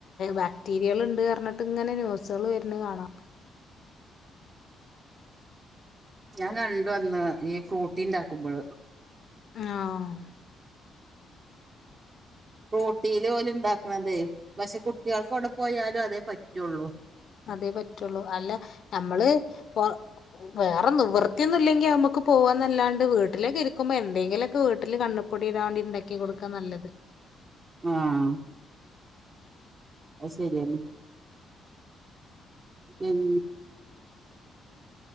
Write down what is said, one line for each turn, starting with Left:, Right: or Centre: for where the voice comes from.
Left: ബാക്ടീരിയകൾ ഉണ്ട് പറഞ്ഞിട്ട് ഇങ്ങനെ ന്യൂസുകൾ വരുന്ന കാണാം.
Right: ഞാൻ കണ്ട വന്ന് ഈ ഫ്രൂട്ടീൻണ്ടാക്കുമ്പോൾ.
Left: ആ.
Right: റോട്ടീൽ പോലെ ഉണ്ടാക്കണതേ പക്ഷെ കുട്ടികൾക്ക് അവിടെ പോയാലും അതേ പറ്റുള്ളൂ.
Left: അതേ പറ്റുള്ളൂ അല്ല നമ്മള് ഇ. വേറെ നിവൃത്തിയന്ന ഇല്ലെങ്കി നമ്മുക്ക് പോവാന്നല്ലാണ്ട് വീട്ടിലേക്കെ ഇരിക്കുമ്പോ എന്തെങ്കിലുമൊക്കെ വീട്ടിൽ കണ്. പപ്പൊടി ഇടാണ്ടി ഉണ്ടാക്കി കൊടുക്കാൻ നല്ലത്.
Right: ആഹ. അ ശരിയല്ല. ഉം